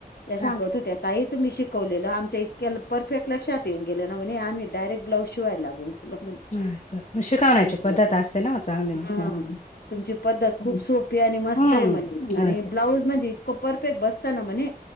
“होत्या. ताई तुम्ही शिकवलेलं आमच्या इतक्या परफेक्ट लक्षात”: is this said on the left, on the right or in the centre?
Left